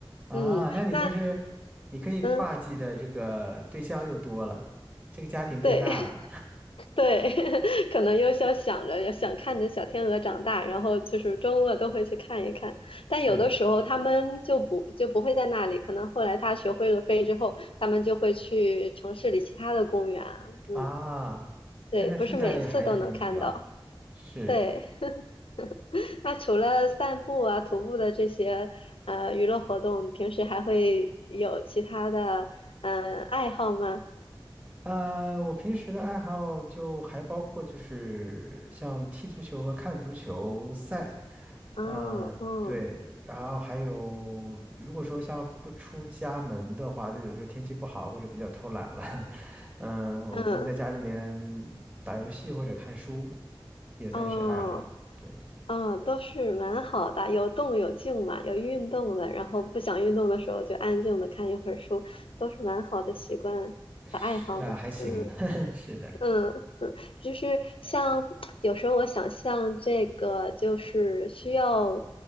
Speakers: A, on the right; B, on the left.
A: 啊，
B: 嗯，
A: 那你就是
B: 那
A: 你可以挂记的这个对象又多了，
B: 嗯，
A: 这个家庭变大了，
B: 对，对，<laughs> 可能又想想着，也想看着小天鹅长大，然后就是周末都会去看一看。但有的时候他们就不就不会在那里，
A: 是的，
B: 可能后来他学会了飞之后，他们就会去城市里其他的公园啊嗯，
A: 啊，
B: 对，
A: 对，那听起来也还是很美妙的，
B: 不是每次都能看到。
A: 是的，
B: 对，<laughs> 那除了散步啊、徒步的这些呃娱乐活动，你平时还会有其他的嗯、呃爱好吗？
A: 呃，我平时的爱好就还包括就是像踢足球和看足球赛。
B: 哦，
A: 嗯，呃对，
B: 哦，
A: 然后还有，如果说像不出家门的话，就有的时候天气不好或者比较偷懒了，<laughs> 嗯，
B: 嗯，
A: 我会在家里面打游戏或者看书，也算是爱好。
B: 哦。
A: 对，
B: 嗯，都是蛮好的，有动有静嘛，有运动的，然后不想运动的时候就安静的看一会儿书，都是蛮好的习惯和爱好呢。
A: 是啊，还行吧，
B: 嗯
A: <laughs> 是的，
B: 嗯嗯，就是像有时候我想像这个，就是需要，